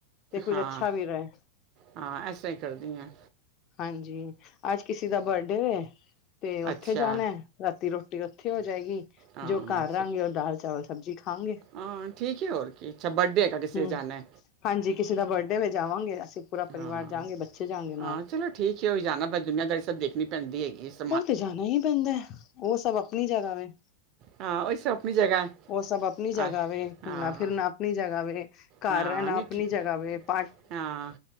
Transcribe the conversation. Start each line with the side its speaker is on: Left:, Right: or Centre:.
Left: ਤੇ ਕੁੱਝ
Right: ਹਾਂ
Left: ਅੱਛਾ ਵੀ ਰਹੇ
Right: ਹਾਂ ਐਸਾ ਤਰਾਂ ਹੀ ਕਰਦੀ ਆ
Left: ਹਾਂਜੀ ਅੱਜ ਕਿਸੇ ਦਾ ਬਰਡੇ ਵੇ ਤੇ ਉੱਥੇ
Right: ਅੱਛਾ
Left: ਜਾਣਾ ਰਾਤੀ ਰੋਟੀ ਉੱਥੇ ਹੋ ਜਾਏਗੀ
Right: ਹਾਂ
Left: ਜੋ ਘਰ ਰਹਾਂਗੇ ਉਹ ਦਾਲ ਚਾਵਲ ਸਬਜ਼ੀ ਖਾਂਗੇ।
Right: ਹਾਂ ਠੀਕ ਹੈ ਹੋਰ ਕੀ ਅੱਛਾ ਬਰਡੇ ਹੈਗਾ ਕਿਸੇ
Left: ਹੂੰ
Right: ਦੇ ਜਾਨਾ
Left: ਹਾਂਜੀ ਕਿਸੇ ਦਾ ਬਰਡੇ ਵੇ ਜਾਵਾਂਗੇ ਅਸੀਂ ਪੂਰਾ
Right: ਹਾਂ
Left: ਪਰਿਵਾਰ ਜਾਵਾਂਗੇ ਬੱਚੇ ਜਾਵਗੇ ਨਾਲ
Right: ਹਾਂ ਚਲੋ ਠੀਕ ਹੈ ਉਹੀ ਜਾਣਾ ਬਸ ਦੁਨੀਆਂਦਾਰੀ ਸਭ ਦੇਖਣੀ ਪੈਂਦੀ ਹੈਗੀ ਇਸ
Left: ਉਹ ਤੇ ਜਾਣਾ ਹੀ ਪੈਂਦਾ ਐ ਉਹ ਸਭ ਆਪਣੀ ਜਗ੍ਹਾ ਵੇ
Right: ਹਾਂ ਉਹ ਸਭ ਆਪਣੀ ਜਗ੍ਹਾ ਹੈ
Left: ਉਹ ਸਭ ਆਪਣੀ ਜਗ੍ਹਾ
Right: ਆ
Left: ਵੇ ਘੁੰਮਣਾ
Right: ਹਾਂ
Left: ਫਿਰਨਾ ਆਪਣੀ ਜਗਾ ਵੇ ਘਰ
Right: ਹਾਂ
Left: ਰਹਿਣਾ
Right: ਨਹੀਂ
Left: ਆਪਣੀ
Right: ਠੀਕ
Left: ਜਗਾ
Right: ਹੈ।
Left: ਵੇ ਪ
Right: ਹਾਂ